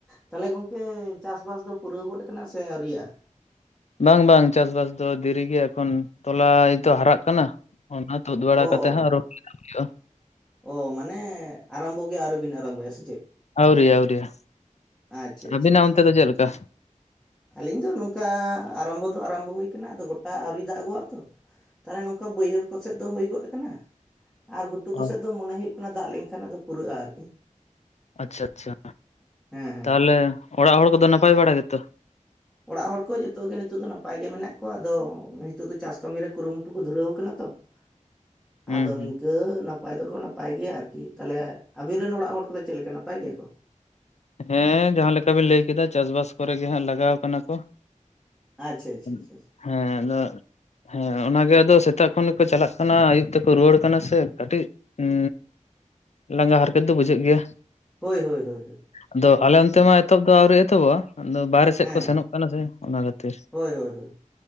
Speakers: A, in the centre; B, on the left.
A: ᱛᱟᱦᱞᱮ ᱜᱚᱝᱠᱮ ᱪᱟᱥ-ᱵᱟᱥ ᱫᱚ ᱯᱩᱨᱟᱹᱣ ᱜᱚᱫ ᱟᱠᱟᱱᱟ ᱥᱮ ᱟᱹᱣᱨᱤᱭᱟᱜ-ᱟ?
B: ᱵᱟᱝ ᱵᱟᱝ ᱪᱟᱥ-ᱵᱟᱥ ᱫᱚ ᱫᱮᱨᱤ ᱜᱮᱭᱟ ᱮᱠᱷᱚᱱ ᱛᱚᱞᱟ ᱮᱭᱛᱚ ᱦᱟᱨᱟᱜ ᱠᱟᱱᱟ, ᱚᱱᱟ ᱛᱩᱫ ᱵᱟᱲᱟ
A: ᱚ
B: ᱠᱟᱛᱮ
A: ᱚ
B: ᱦᱟᱸᱜ
A: ᱚ
B: ᱨᱚᱦᱚᱭ ᱦᱩᱭᱩᱜ-ᱟ᱾
A: ᱚ ᱢᱟᱱᱮ ᱟᱨᱟᱢᱵᱚ ᱜᱮ ᱟᱹᱣᱨᱤ ᱵᱤᱱ ᱟᱨᱟᱢᱵᱚᱭᱟ ᱥᱮ ᱪᱮᱫ?
B: ᱟᱹᱣᱨᱤ ᱟᱹᱣᱨᱤᱭᱟ,
A: ᱟᱪᱪᱷᱟ ᱟᱪᱪᱷᱟ
B: ᱟᱹᱵᱤᱱᱟᱜ
A: ᱟᱪᱪᱷᱟ
B: ᱚᱱᱛᱮ ᱫᱚ ᱪᱮᱫ ᱞᱮᱠᱟ?
A: ᱟᱹᱞᱤᱧ ᱫᱚ ᱱᱚᱝᱠᱟ ᱟᱨᱟᱢᱵᱚ ᱫᱚ ᱟᱨᱟᱢᱵᱚ ᱦᱩᱭ ᱠᱟᱱᱟ ᱟᱫᱚ ᱜᱚᱴᱟ ᱟᱹᱣᱨᱤ ᱫᱟᱜᱚᱜ-ᱟ ᱛᱚ᱾ ᱛᱟᱦᱞᱮ ᱱᱚᱝᱠᱟ ᱵᱟᱹᱭᱦᱟᱹᱲ ᱠᱚᱥᱮᱫ ᱫᱚ ᱦᱩᱭ ᱜᱚᱫ ᱠᱟᱱᱟ᱾ ᱟᱨ ᱜᱷᱩᱴᱩ ᱠᱚᱥᱮᱜ
B: ᱚ
A: ᱫᱚ ᱢᱚᱱᱮ ᱦᱩᱭᱩᱜ ᱠᱟᱱᱟ ᱫᱟᱜ ᱞᱮᱱᱠᱷᱟᱱ ᱟᱫᱚ ᱯᱩᱨᱟᱹᱜ-ᱟ ᱟᱨᱠᱤ᱾
B: ᱟᱪᱪᱷᱟ ᱟᱪᱪᱷᱟ
A: ᱦᱮᱸ ᱦᱮᱸ
B: ᱛᱟᱦᱞᱮ
A: ᱦᱮᱸ
B: ᱚᱲᱟᱜ ᱦᱚᱲ ᱠᱚᱫᱚ ᱱᱟᱯᱟᱭ ᱵᱟᱲᱟ ᱜᱮᱛᱚ?
A: ᱚᱲᱟᱜ ᱦᱚᱲ ᱠᱚ ᱡᱚᱛᱚ ᱜᱮ ᱱᱤᱛᱚᱜ ᱫᱚ ᱱᱟᱯᱟᱭ ᱜᱮ ᱢᱮᱱᱟᱜ ᱠᱚᱣᱟ ᱟᱫᱚ ᱱᱤᱛᱚᱜ ᱫᱚ ᱪᱟᱥ ᱠᱟᱹᱢᱤ ᱨᱮ ᱠᱩᱨᱩᱢᱩᱴᱩ ᱠᱚ ᱫᱷᱩᱨᱟᱹᱣ ᱠᱟᱱᱟ ᱛᱚ᱾ <inaudible>
B: ᱦᱩᱸ
A: ᱟᱫᱚ
B: ᱦᱩᱸ
A: ᱱᱤᱝᱠᱟᱹ ᱱᱟᱯᱟᱭ ᱫᱚᱠᱚ ᱱᱟᱯᱟᱭ ᱜᱮᱭᱟ ᱟᱨᱠᱤ, ᱛᱟᱦᱞᱮ ᱟᱵᱤᱱ ᱨᱮᱱ ᱚᱲᱟᱜ ᱦᱚᱲ ᱠᱚᱫᱚ ᱪᱮᱜ ᱞᱮᱠᱟ ᱱᱟᱯᱟᱭ ᱜᱮᱭᱟ ᱠᱚ?
B: ᱦᱮᱸ ᱡᱟᱦᱟᱸ ᱞᱮᱠᱟᱵᱤᱱ ᱞᱟᱹᱭ ᱠᱮᱫᱟ ᱪᱟᱥ-ᱵᱟᱥ ᱠᱚᱨᱮ ᱜᱮ ᱦᱟᱸᱜ ᱞᱟᱜᱟᱣ ᱠᱟᱱᱟ ᱠᱚ᱾
A: ᱟᱪᱪᱷᱟ ᱟᱪᱪᱷᱟ
B: ᱦᱩᱸ,
A: ᱟᱪᱪᱷᱟ ᱟᱪᱪᱷᱟ
B: ᱦᱮᱸ ᱟᱫᱚ᱾ ᱦᱮᱸ ᱚᱱᱟᱜᱮ ᱟᱫᱚ ᱥᱮᱛᱟᱜ ᱠᱷᱚᱱ ᱜᱮᱠᱚ ᱪᱟᱞᱟᱜ ᱠᱟᱱᱟ ᱟᱭᱩᱵ ᱛᱮᱠᱚ ᱨᱩᱣᱟᱹᱲ ᱠᱟᱱᱟ ᱥᱮ ᱠᱟᱹᱴᱤᱡ᱾
A: <inaudible>
B: ᱩᱸ ᱞᱟᱸᱜᱟ ᱦᱟᱨᱠᱮᱛ ᱫᱚ ᱵᱩᱡᱷᱟᱹᱜ ᱜᱮᱭᱟ᱾
A: ᱦᱳᱭ ᱦᱳᱭ ᱦᱳᱭ ᱦᱳᱭ᱾
B: ᱟᱫᱚ ᱟᱞᱮ
A: ᱦᱮᱸ
B: ᱚᱱᱛᱮ ᱢᱟ ᱮᱛᱚᱦᱚᱵ ᱫᱚ ᱟᱹᱣᱨᱤ ᱮᱛᱚᱦᱚᱵᱚᱜ-ᱟ ᱟᱫᱚ ᱵᱟᱦᱨᱮ ᱥᱮᱜ
A: ᱦᱮᱸ
B: ᱠᱚ
A: ᱦᱮᱸ
B: ᱥᱮᱱᱚᱜ ᱠᱟᱱᱟ ᱥᱮ ᱚᱱᱟ ᱠᱷᱟᱹᱛᱤᱨ᱾
A: ᱦᱳᱭ ᱦᱳᱭ ᱦᱳᱭ᱾